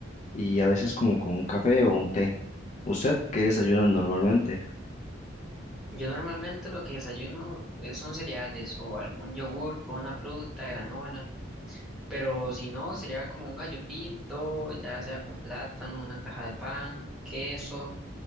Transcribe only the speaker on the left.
y a veces como con un café o un té. ¿Usted qué desayuna normalmente?